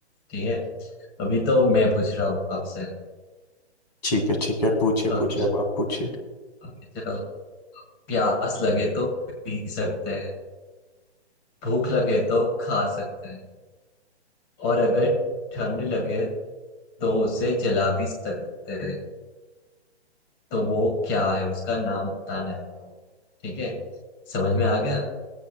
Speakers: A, on the left; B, on the left.
A: ठीक है अभी तो मैं पूछ रहा हूँ आपसे
B: ठीक है ठीक है पूछिए
A: ओके
B: पूछिए अब आप पूछिए
A: ओके चलो प्यास लगे तो पी सकते हैं भूख लगे तो खा सकते हैं और अगर ठंड लगे तो उसे जला भी सकते हैं तो वो क्या है उसका नाम बताना है आपको ठीक है समझ में आ गया